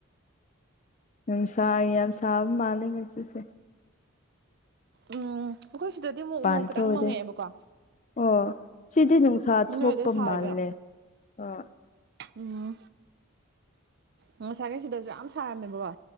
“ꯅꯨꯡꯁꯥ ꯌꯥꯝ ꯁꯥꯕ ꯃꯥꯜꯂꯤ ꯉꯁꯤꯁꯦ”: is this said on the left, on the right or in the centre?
Left